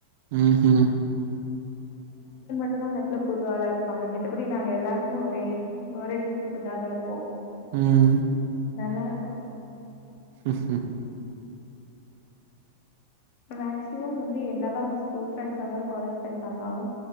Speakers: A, on the right; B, on the left.
A: ம்ஹூ
B: இதுல நெட்ல புது ஆளா இருப்பாங்க மித்தபடி நாங்க எல்லாத்திலியும் ஒரே ஒரே இ இதாதா இருப்போ
A: ம்
B: நல்லா இருக்கோ
A: ம்ஹூ
B: மேக்சிமம் வந்து என்னதா நம்ம ஸ்கூல் ஃப்ரண்ட்ஸா இருந்தாலு காலேஜ் ஃப்ரண்ட்ஸா இருந்தாலு